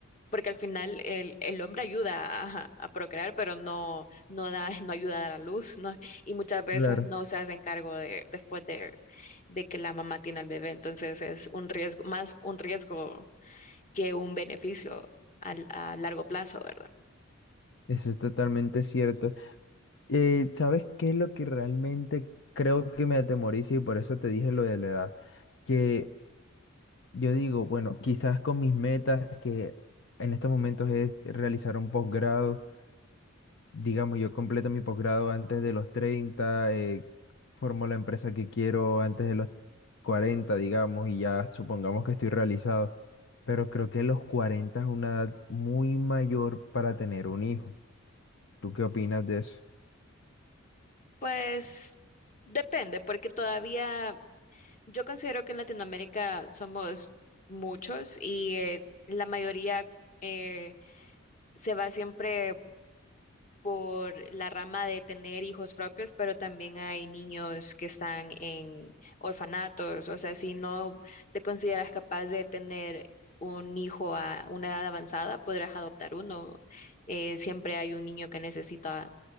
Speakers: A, on the left; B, on the left.
A: porque al final el, el hombre ayuda a, a procrear, pero no, no da, <laughs> no ayuda a dar a luz, ¿no? Y muchas veces
B: Claro.
A: no se hacen cargo de, después de, de que la mamá tiene al bebé. Entonces es un riesgo, más un riesgo que un beneficio al- a largo plazo, ¿verdad?
B: Eso es totalmente cierto. Eh, ¿sabes qué es lo que realmente creo que me atemoriza y por eso te dije lo de la edad? Que yo digo, bueno, quizás con mis metas, que en estos momentos es realizar un posgrado digamos, yo completo mi posgrado antes de los 30 eh, formo la empresa que quiero antes de los 40 digamos, y ya supongamos que estoy realizado. Pero creo que los 40 es una edad muy mayor para tener un hijo. ¿Tú qué opinas de eso?
A: Pues depende, porque todavía Yo considero que en Latinoamérica somos muchos y eh, la mayoría eh, se va siempre por la rama de tener hijos propios, pero también hay niños que están en orfanatos. O sea, si no te consideras capaz de tener un hijo a una edad avanzada, podrás adoptar uno. Eh, siempre hay un niño que necesita,